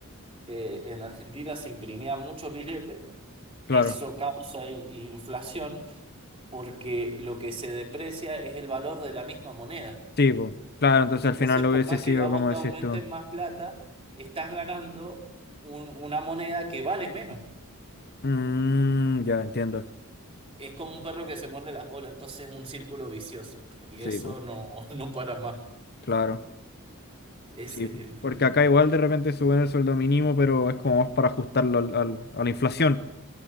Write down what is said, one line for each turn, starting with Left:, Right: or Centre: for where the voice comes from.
Right: eh, en Argentina se imprimían muchos billetes,
Left: Claro,
Right: eso causa in- inflación porque lo que se deprecia es el valor de la misma moneda.
Left: sí, po. Claro, entonces
Right: Entonces,
Left: al final lo
Right: por
Left: hubiese
Right: más
Left: sido
Right: que a vos
Left: como
Right: te
Left: decís
Right: aumenten
Left: tú.
Right: más plata, estás ganando un- una moneda que vale menos.
Left: Mm, ya entiendo.
Right: Es como un perro que se muerde la cola, entonces es un círculo vicioso y eso
Left: Sí, po.
Right: no, <laughs> no para más.
Left: Claro.
Right: Ese
Left: Sí, po.
Right: es el prim-
Left: porque acá igual de repente suben el sueldo mínimo, pero es como más para ajustarlo al- al- a la inflación.